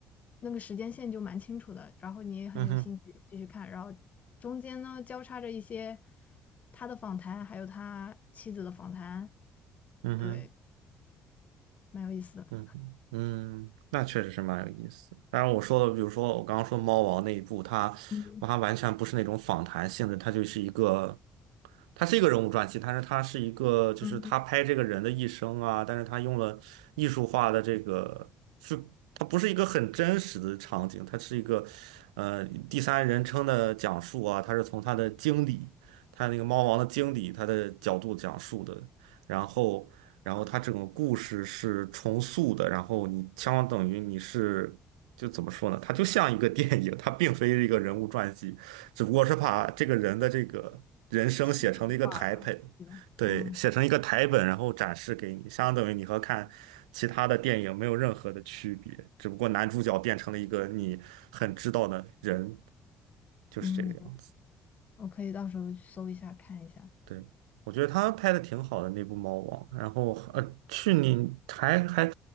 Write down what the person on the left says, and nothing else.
那个时间线就蛮清楚的，然后你也很有兴趣继续看，
然后中间呢交叉着一些他的访谈，还有他妻子的访谈，
对，蛮有意思的，
嗯，
嗯，
戏剧化了，嗯。
嗯
嗯，我可以到时候去搜一下看一下。